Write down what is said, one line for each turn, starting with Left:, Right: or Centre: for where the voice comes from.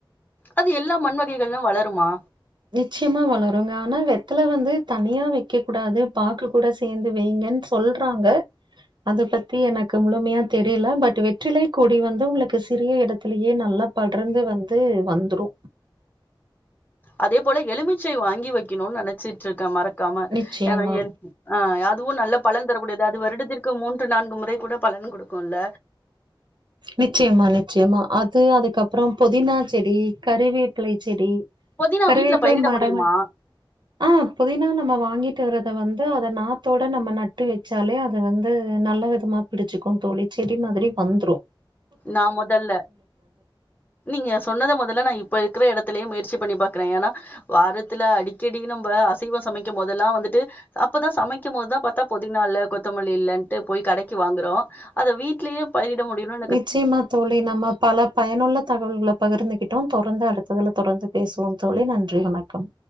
Left: அது எல்லா மண் வகைகள்லயு வளருமா
Right: நிச்யமா வளருங்க ஆனா வெத்தல வந்து தனியா வைக்க கூடாது பாக்கு கூட சேந்து வைங்கன் சொல்றாங்க அத பத்தி எனக்கு முழுமையா தெரியல பட் வெற்றிலைக் கொடி வந்து உங்களுக்கு சிறிய எடத்துலயே நல்லா படர்ந்து வந்து வந்துரு
Left: அதே போல எலுமிச்சை வாங்கி வைக்கனுன் நெனச்சிட்ருக்க மறக்காம
Right: நிச்சயமா,
Left: ஏனா என் ஆ அதுவு நல்ல பலன் தரக்கூடியது அது வருடத்திற்கு மூன்று நான்கு முறை கூட பலன் குடுக்கூல்ல
Right: நிச்சயமா நிச்சயமா அது அதுக்கப்றோ புதினா செடி கருவேப்பிலை செடி
Left: புதினா
Right: கருவேப்பிலை
Left: வீட்ல பயிரிட
Right: மரம்
Left: முடியுமா?
Right: ஆ புதினா நம்ம வாங்கிட்டு வரத வந்து அத நாத்தோட நம்ம நட்டு வச்சாலே அது வந்து நல்ல வித தமா பிடிச்சிக்கு தோழி செடி மாதிரி வந்ரூ
Left: நா முதல்ல நீங்க சொன்னத மொதல நா இப்ப இருக்ற எடத்துலயே முயற்சி பண்ணி பாக்குறே ஏனா வாரத்துல அடிக்கடி நம்ப அசைவோ சமைக்கும் போதெல்லா வந்துட்டு அப்பதா சமைக்கும் போதுதா பாத்தா புதினா இல்ல கொத்தமல்லி இல்லன்ட்டு போய் கடைக்கி வாங்குறோ அத வீட்லயே பயிரிட முடியனுன்
Right: நிச்சயமா தோழி நம்ம பல பயனுள்ள தகவல்கல பகிர்ந்துகிட்டோ தொடர்ந்து அடுத்ததுல தொடர்ந்து பேசுவோம் தோழி நன்றி வணக்கம்